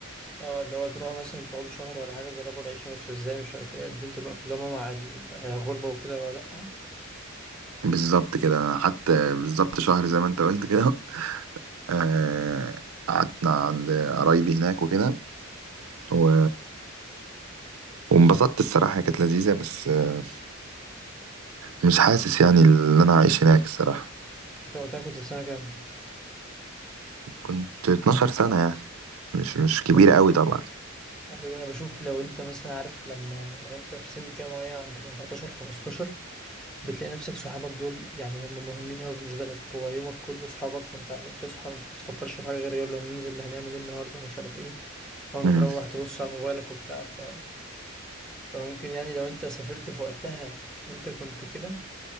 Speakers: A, in the centre; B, on the right (about 75°).
A: اه اللي هو تروحوا مثلا تقعدوا شهر ولا حاجة تجربوا العيشة ماشية ازاي مش عارف ايه قادرين تتأقلموا مع ال- آه، الغربة وكده ولا لأ
B: بالظبط كده انا قعدت بالظبط شهر زي ما انت قلت كده آه، قعدنا عند قرايبي هناك وكده و... وانبسطت الصراحة كانت لذيذة بس آه، مش حاسس يعني ان انا عايش هناك الصراحة
A: انت وقتها كنت في سنة كام؟
B: كنت 12 سنة يعني مش مش كبيرة
A: 12
B: قوي
A: سنة
B: طبعا
A: ايوه انا بشوف لو انت مثلا عارف لما لو انت في سن كام معين عند ال 14 15 بتلاقي نفسك صحابك دول يعني هم مهمين قوي بالنسبه لك هو يومك كله صحابك انت بتصحى ما بتفكرش في حاجه غير يلا ننزل اللي هنعمل ايه النهارده مش عارف ايه اول ما
B: امم
A: تروح تبص على موبايلك وبتاع ف... فممكن يعني لو انت سافرت في وقتها وانت كنت كده